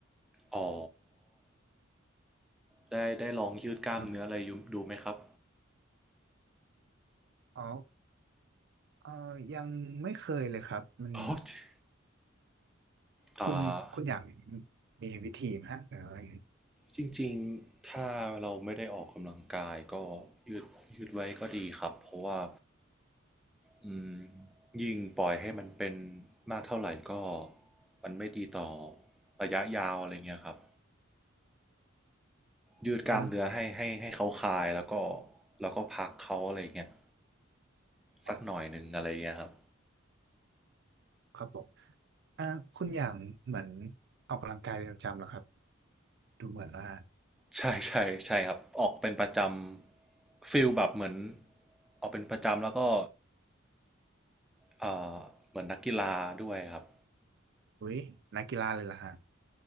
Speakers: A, in the centre; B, on the right.
A: อ๋อได้ได้ลองยืดกล้ามเนื้ออะไรอยู่ดูไหมครับ
B: ครับอ๋อเออยังไม่เคยเลยครับมัน
A: อ๋ <laughs> อจริงอ่า
B: คุณคุณหยางมีวิธีไหมฮะหรืออะไร
A: จริงๆถ้าเราไม่ได้ออกกำลังกายก็ยืดยืดไว้ก็ดีครับเพราะว่าอืมยิ่งปล่อยให้มันเป็นมากเท่าไหร่ก็มันไม่ดีต่อระยะยาวอะไรเงี้ยครับ ยืดกล้ามเนื้อให้ให้ให้เขาคลายแล้วก็
B: เออ
A: แล้วก็พักเขาอะไรเงี้ยสักหน่อยหนึ่งอะไรเงี้ยครับ
B: อ๋อ ครับผมอ่าคุณอย่างเหมือนออกกำลังกายเป็นประจำเหรอครับดูเหมือนว่า
A: ใช่ใช่ใช่ครับออกเป็นประจำฟิลแบบเหมือนออกเป็นประจำแล้วก็เอ่อเหมือนนักกีฬาด้วยครับ
B: อุ้ยนักกีฬาเลยล่ะฮะ